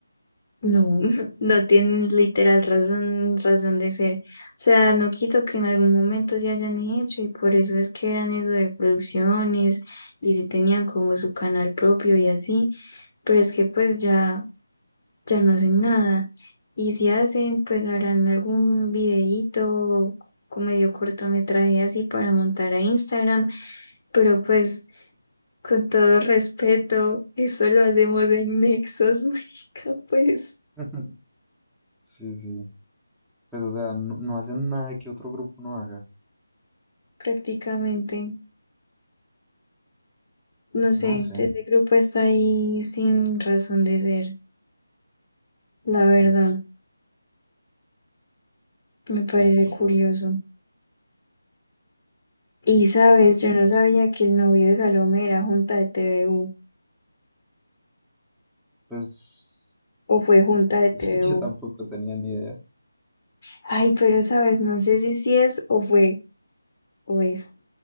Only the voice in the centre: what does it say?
<laughs> Sí, sí. Pues, o sea, no, no hacen nada que otro grupo no haga.
No sé.
Sí,
sí,
eso.
Pues
<laughs> yo tampoco tenía ni idea.